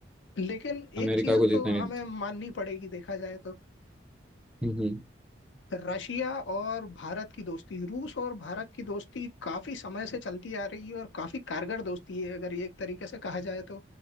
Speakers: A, on the left (about 75°); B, in the centre.
A: लेकिन
B: यार
A: एक
B: अमेरिका
A: चीज
B: को जीतने
A: तो हमें
B: नहीं देता
A: माननी पड़ेगी देखा जाए तो
B: हम्म हम्म।
A: रशिया और भारत की दोस्ती रूस और भारत की दोस्ती काफी समय से चलती आ रही है और काफी कारगर दोस्ती है अगर ये एक तरीके से कहा जाए तो